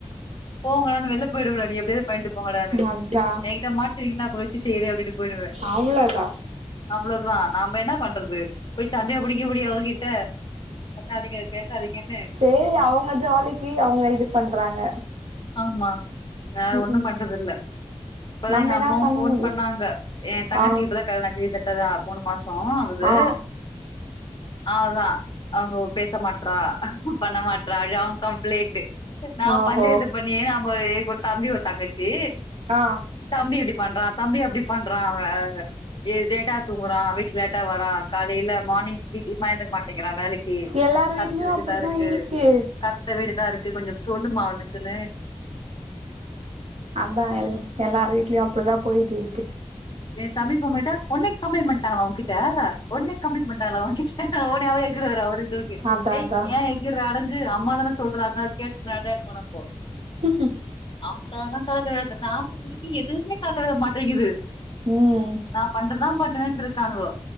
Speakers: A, on the left; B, on the right.
A: போங்கடானு வெளில போய்டுவே நீ எப்டியாவது பண்ட்டு போங்கடானு
B: அதா
A: என்கிட்ட மாட்டுவீங்கள அப் உ வச்சு செய்ற அப்டிட்டு போயிடுவே
B: அவ்ளோதா
A: அவ்வளவுதா நாம என்ன பண்றது போய் சண்டைய புடிக்க முடியு அவர்கிட்ட பண்ணாதீங்க பேசாதீங்கன்னு
B: சேரி அவங்க ஜாலிக்கு அவங்க இது பண்றாங்க
A: ஆமா வேற
B: ம்
A: ஒண்ணு
B: ம்
A: பண்றது இல்ல இப்பதா
B: நம்ம
A: எங்க
B: என்ன
A: அம்மாவும்
B: பண்ண
A: போன்
B: முடியு
A: பண்ணாங்க என் தங்கச்சிக்கு
B: ஆ
A: இப்ப தா கல்யாண ஆச்சு ப்ப தா மூணு மாஸ் போனோ ஆவுது
B: ஆ
A: அ அதா அவங்க பேச மாட்றா பண்ண மாட்றா ஜன் கம் ப்ளேட்டு நா
B: ஆ ஓஹோ
A: பஞ்சாயத்துப் <unintelligible> ஒரு தம்பி ஒரு தங்கச்சி
B: ஆ
A: தம்பி இப்டி பண்றா தம்பி அப்டி பண்றா ங்க லேட்டா தூங்குறா வீட்டுக்கு லேட்டா வரா காலைல மார்னிங் <unintelligible> மயந்துக்க மாட்டேங்கிறாங்க வேலைக்கி
B: எல்லார் வீட்லயு
A: கத்த வேண்டுதாருக்கு
B: அப்டிதா இருக்கு
A: கத்த வேண்டுத இருக் கு கொஞ்ச சொல்லுமா அவனுக் க்குனு
B: அதா எ எல்லார் வீட்லயு அப்புடிதா போயிட்டுருக்கு
A: என் தம்பி குமிட்டா உன்னே கம்ப்ளைண்ட் பண்ணிட்டாங்களா உனகிட்ட ஒன்னே கம்ப்ளைண்ட் பண்ட்டாளா உன்கிட்ட உனே அவர் எகுருவாரு அவரு கு
B: அதா
A: எய்
B: அதா
A: ஏ எகுர அடங் க்கு அம்மா தான சொல்றாங்க கேட்டுட்டு நடனு <unintelligible>
B: ஹுஹும்
A: <unintelligible> நாம குடிக்கி எதுவுமே கால்ல விட மாட்டேங்கிது
B: ம்
A: நா பண்றதா பண்ணுவேனு இருக்கானுவோ